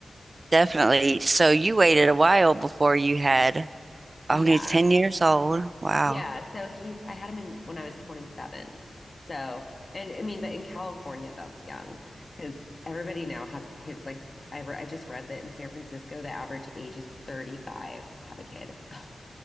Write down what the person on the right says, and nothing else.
definitely. So you waited a while before you had
Only
10 years old. Wow.